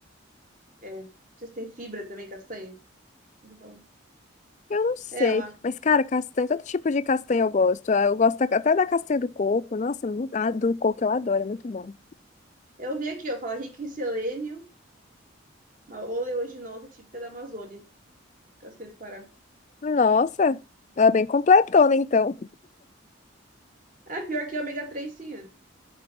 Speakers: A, on the right (about 40°); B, on the left (about 35°).
A: é. Vocês têm fibra também, castanha? Ele fala.
B: Eu não sei.
A: É, uma...
B: Mas, cara, castanha, todo tipo de castanha eu gosto. Ah, Eu gosto até da castanha do coco. Nossa, mu- ah, do coco eu adoro, é muito bom.
A: eu vi aqui, ó, fala rica em selênio, uma oleaginosa típica da Amazônia, castanha do Pará.
B: Nossa, ela é bem completona, então.
A: Ah, pior que é ômega 3, sim, é.